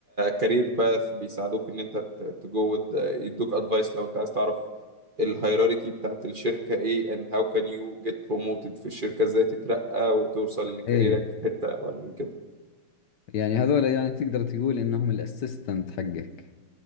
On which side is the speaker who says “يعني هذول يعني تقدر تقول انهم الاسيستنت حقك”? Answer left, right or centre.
Left